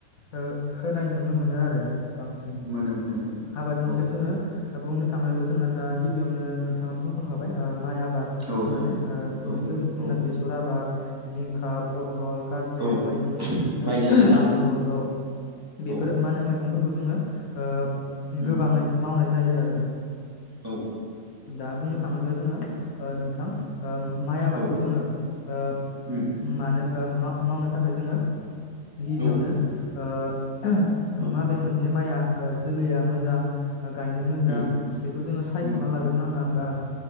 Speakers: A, on the left (about 75°); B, on the right (about 15°).
A: ओ होनाय नुनो मोनो आरो बांसिन
B: मोनो मोनो
A: आबादनि
B: औ
A: सायाव जोङो। बुंनो थाङोब्ला जोंना दा गिबियावनो नोंथाङा बुंखांखाबाय ओ माइ आ बाद
B: औ
A: होननानै ओ बेजों
B: औ
A: लोगोसे जोंना
B: औ
A: बेसर आबाद जिंखा पट टल काख्रेल
B: औ
A: बायदि
B: बायदिसिना
A: ओ आलु औ बेफोरो
B: औ
A: मा होनो मैगंफोरखौ जोङो ओ
B: उम
A: गोबाङै मावनाय जायो आरो
B: औ
A: दा बुंनो थाङोब्ला जोङो ओ नोंथां ओ माइ आबादखौ
B: औ
A: जोङो ओ
B: उम
A: मानो ओम मा-मावनो थाखाय जोङो गिबियावनो
B: औ
A: ओ
B: औ उम
A: माबे मोनसे माइआ ओ जोलैया मोजां ओ गायनो
B: उम
A: मोजां बेखौ जोङो सायख'ना
B: उम
A: लाग्रो नाङा बा